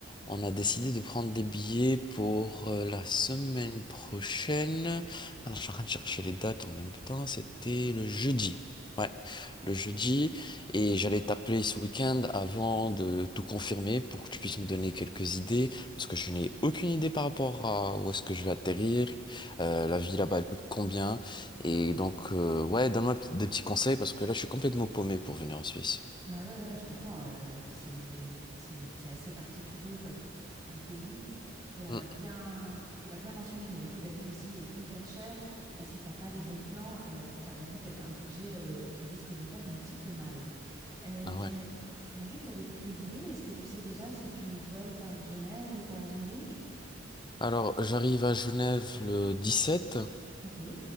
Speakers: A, on the left; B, on the right.
A: On a décidé de prendre des billets pour euh, la semaine prochaine. Alors, je suis en train de chercher les dates en même temps. C'était le jeudi. Ouais, le jeudi. Et j'allais t'appeler ce week-end avant de tout confirmer pour que tu puisses me donner quelques idées. Parce que je n'ai aucune idée par rapport à où est-ce que je vais atterrir. euh, la vie là-bas, elle coûte combien. Et donc, euh, ouais, donne-moi p- des petits conseils parce que là, je suis complètement paumé pour venir en Suisse.
B: Bah ouais, ouais, je comprends. euh, et puis c'est c'est c'est assez particulier comme, comme pays. Tu as
A: Mm.
B: bien, tu l'as bien mentionné, mais le coût de la vie ici est hyper cher. Et si t'as pas les bons plans, euh, ça va vite être un budget euh, qui risque de faire un petit peu mal. Euh,
A: Ah
B: tu
A: ouais.
B: m'as tu m'as dit que tu avais pris les billets. Est-ce que tu sais déjà si tu voles par Genève ou par Zurich?
A: Alors, j'arrive à Genève le 17
B: Ok.